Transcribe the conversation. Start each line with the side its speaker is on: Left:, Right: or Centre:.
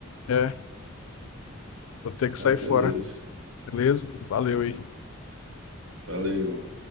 Left: É, vou ter que sair
Right: Ah, beleza.
Left: fora. Beleza? Valeu aí.
Right: Valeu.